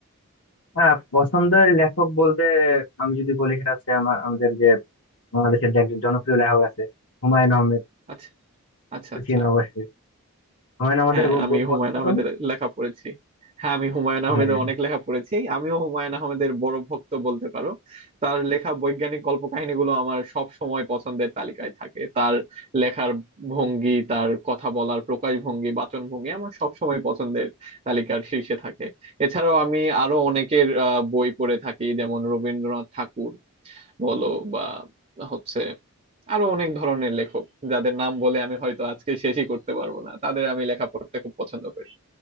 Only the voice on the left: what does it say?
হ্যাঁ পছন্দের লেখক বলতে আমি যদি বলি সেটা হচ্ছে আমার আমাদের যে বাংলাদেশের যে একজন জনপ্রিয় লেখক আছে হুমায়ুন আহমেদ
তো
চিনো অবশ্যই হুমায়ুন আমাদের
বই
পছন্দ
তুমি
হ্যাঁ